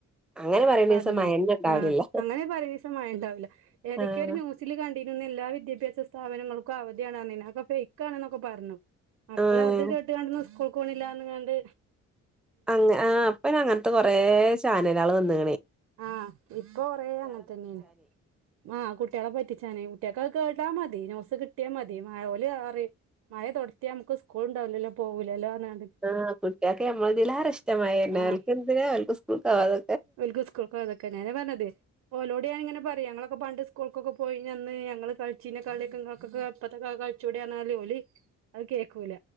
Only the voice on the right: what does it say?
പറഞ്ഞീ
ആ അങ്ങനെ പറയണീസം മഴണ്ടാവില്ല ഏതൊക്കെയ
ഒരു ന്യു സില് കണ്ടിനു ഇന്നെല്ലാ വിദ്യാഭ്യാസ സ്ഥാപനങ്ങൾക്കും അവധിയണർഞീന്നു അതൊക്കെ ഫേക്ക് ആണെന്നൊക്കെ പറഞ്ഞു മക്കള്
അത് കേട്ട് കാണ്ട് ഇന്ന് സ്കൂൾക്ക് പോണില്ലന്നകാണ്ട്
ആഹ് ഇപ്പൊ കൊറേ അങ്ങൻത്തന്നെണ് ആകുട്ട്യേളെ പറ്റിച്ചാന കുട്ടികത് കേട്ടാമതി ന്യൂസ് കിട്ടിയാമതി മഴ ഓല് പറി മഴ തൊട്തിയാൽ നമുക്ക് സ്കൂള്ണ്ടാവുലല്ലോ പോകില്ലല്ലോന്ന്
ആഹ്
ഓൽക്ക് സ്കൂൾക്കോവാത നിക്കാന് അന്നെപർഞ്ഞത് ഓലോടെ ഞാനിങ്ങനെ പറയും ഞങ്ങളൊക്കെ പണ്ട് സ്കൂൾക്കൊക്കെ പോയിന്ന് ഞങ്ങള് കളിച്ചീനെ കളിയൊക്കെ ഇങ്ങക്കൊക്കെ ഇപ്പത്തെ കാല കൾ ച്ചൂടെർഞാല് ഓല് അത്കേക്കൂല